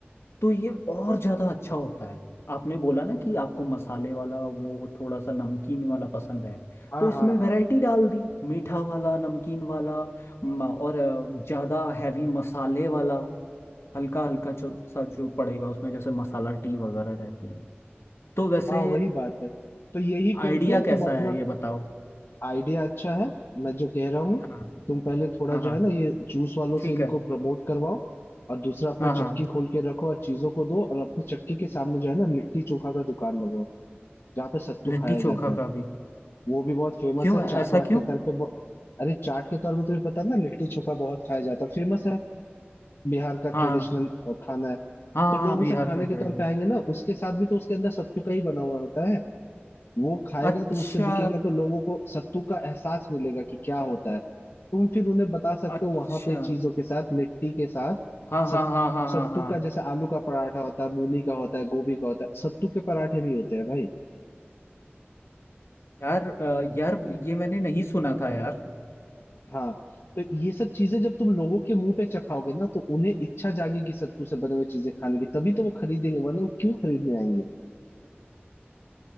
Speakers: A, on the left (about 80°); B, on the left (about 65°).
A: तो ये और ज्यादा अच्छा होता है आपने बोला ना कि आपको मसाले वाला वो थोड़ा सा नमकीन वाला पसंद है
B: हाँ
A: तो इसमें
B: हाँ हाँ
A: वैरायटी डाल दी मीठा वाला नमकीन वाला म- और अ, ज्यादा हैवी मसाले वाला हल्का हल्का जो सा जो पड़ेगा उसमें जैसे मसाला टी वगैरह रहती है तो वैसे
B: हाँ वही बात है तो यही करके
A: आइडिया कैसा
B: तुम अपना
A: है ये बताओ
B: आइडिया अच्छा है मैं जो कह रहा हूँ
A: हाँ
B: तुम पहले थोड़ा
A: हाँ हाँ
B: जो है ना ये जूस वालों
A: ठीक
B: से इनको
A: है
B: प्रमोट करवाओ और दूसरा अपना
A: हाँ हाँ
B: चक्की खोल के रखो और चीजों को दो और अपनी चक्की के सामने जो है ना लिट्टी चोखा का दुकान लगवाओ जहाँ पे सत्तू
A: लिट्टी
B: खाया जाता
A: चोखा
B: है
A: का भी
B: वो भी बहुत फेमस
A: क्यों
B: है
A: ऐसा
B: चाट वाट
A: क्यों
B: के तौर पे बहु- अरे चाट के तौर पे तुम्हें पता है ना लिट्टी चोखा बहुत खाया जाता है फेमस है बिहार का
A: हाँ
B: ट्रेडिशनल
A: हाँ
B: खाना है
A: हाँ
B: तो लोग
A: हाँ, बिहार
B: उसे खाने
A: का ट्रेडिशन
B: के तौर पे आएंगे ना उसके साथ भी तो उसके अंदर सत्तू का ही बना हुआ होता है वो खाएगा
A: अच्छा
B: तो उससे बिकेगा तो लोगों को सत्तू का एहसास मिलेगा कि क्या होता है तुम फिर उन्हें बता सकते
A: अच्छा
B: हो वहां पे चीजों के साथ लिट्टी के साथ
A: हाँ
B: सत,
A: हाँ हाँ हाँ हाँ
B: सत्तू
A: हाँ
B: का जैसे आलू का पराठा होता है मूली का होता है गोभी का होता है सत्तू के पराठे भी होते हैं भाई
A: यार अ, यार ये मैंने नहीं सुना था यार
B: हाँ तो ये सब चीजें जब तुम लोगों के मुंह पे चखाओगे ना तो उन्हें इच्छा जागेगी सत्तू से बने हुए चीजें खाने की तभी तो वो खरीदेंगे वरना वो क्यों खरीदने आएंगे